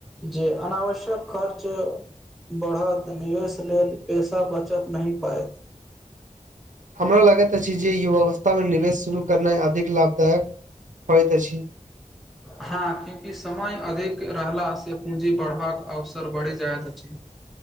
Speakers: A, in the centre; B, on the right.
A: जे अनावश्यक खर्च बढ़त त निवेश लेल पैेसा बचा नहि पायब।
B: हमरा लागैत अछि जे युवा अवस्था मे निवेश शुरू करनाइ अधिक लाभदायक होयत अछि।
A: हां, कियाकि समय अधिक रहलासँ पूँजी बढ़बाक अवसर बढ़ि जाइत अछि।